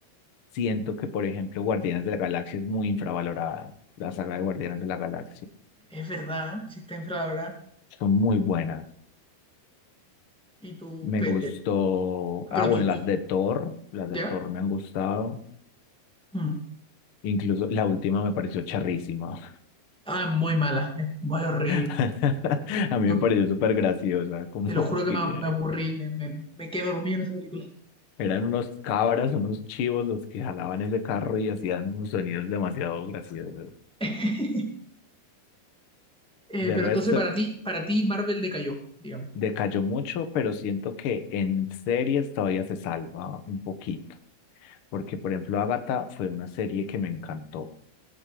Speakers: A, on the left; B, in the centre.
A: Siento que, por ejemplo, Guardianes de la Galaxia es muy infravalorada. La saga de Guardianes de la Galaxia.
B: Es verdad, si está infravalorada.
A: Son muy buenas.
B: Y tú.
A: Me
B: pe-
A: gustó.
B: eh, ah,
A: Ah,
B: pero
A: bueno,
B: tú,
A: las
B: tú.
A: de Thor. Las
B: ¿Ya?
A: de Thor me han gustado.
B: Mm.
A: Incluso la última me pareció charrísima.
B: Ah, es muy mala. Es muy horrible.
A: <laughs> A mí
B: Yo
A: me pareció súper graciosa. Como
B: te lo juro
A: que
B: que me, me aburrí. Me, me, me quedé dormido en esa película.
A: eran unos cabras, unos chivos los que jalaban ese carro y hacían unos sonidos demasiado graciosos.
B: <laughs> Eh,
A: De
B: pero
A: resto,
B: entonces para ti, para ti Marvel decayó, digamos.
A: decayó mucho, pero siento que en series todavía se salva un poquito. porque por ejemplo Agatha fue una serie que me encantó.